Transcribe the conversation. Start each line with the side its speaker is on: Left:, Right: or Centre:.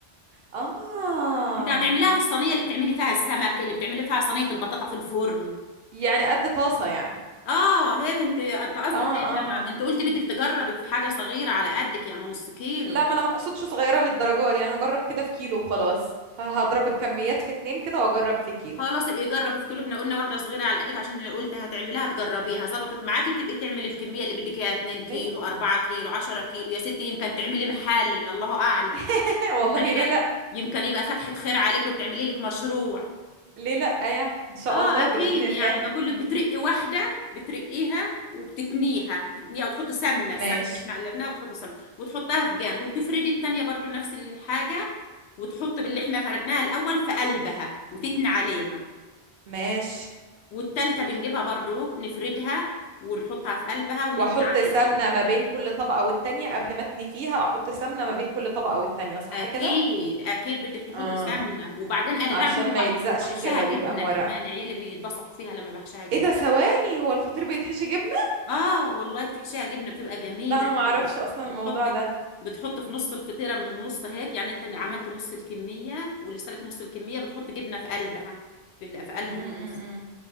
Right: اه
Left: انت هتعمليها في الصينيه اللي بتعملي فيها السمك اللي بتعملي فيها صينيه البطاطا في الفرن
Right: يعني قد طاسة يعني
Left: اه هيك انت انت قصدك
Right: اه
Left: ايه احنا
Right: اه اه
Left: ما... انت قلت بدك تجربي في حاجه صغيره على قدك يعني نص كيلو
Right: لا ما انا ما اقصدش صغيره للدرجه دي انا هجرب كده في كيلو وخلاص ه- هضرب الكميات في اتنين كده واجرب في كيلو
Left: خلاص ابقي جربي في كيلو احنا قلنا واحده صغيره على قدك عشان قلت هتعمليها تجربيها ظبطت معاكي بتبقي تعملي الكميه اللي بدك اياها 2
Right: إيه؟
Left: كيلو 4 كيلو 10 كيلو يا ستي يمكن تعملي محل الله اعلم
Right: <laughs> والله
Left: يمكن يبقى
Right: ليه لا
Left: يمكن يبقى فتحه خير عليك وتعملي لك مشروع
Right: ليه لا يعني ان شاء
Left: اه
Right: الله
Left: اكيد
Right: باذن الله
Left: يعني بقول لك بترقي واحده بترقيها وبتتنيها تتنيها وتحط سمنه
Right: ماشي
Left: السمنه اللي احنا قلبناها بتحط سمنه وتحطها في جنب وتفردي التانيه برضو نفس الحاجه وتحط باللي احنا فردناها الاول في قلبها وتتني عليها
Right: ماشي
Left: والتالته بنجيبها برضو نفردها ونحطها في قلبها ونتني
Right: واحط
Left: عليها
Right: سمنه ما بين كل طبقه والتانيه قبل ما اتني فيها احط سمنه ما بين كل طبقه والتانيه صح
Left: اكيد
Right: كده
Left: اكيد بدك تحطي
Right: اه
Left: سمنه وبعدين انا
Right: عشان
Left: بعمل وبح...
Right: ما يلزقش
Left: وبحشها
Right: كده
Left: جبنه
Right: ويبقى مورقه
Left: كمان عيالي بيتبسطوا فيها لما بحشها جبنه
Right: ايه ده ثواني هو الفطير بيتحشي جبنه
Left: اه والله بتحشيها جبنه بتبقى جميله
Right: لا انا ما
Left: عادي
Right: اعرفش اصلا
Left: بتحطي
Right: الموضوع ده
Left: بتحط في نص الفطيره من النص هيك يعني انت عملت نص الكميه ولسه لك نص الكميه بتحط جبنه في قلبها في ال- في قلب
Right: م -م
Left: النص
Right: -م.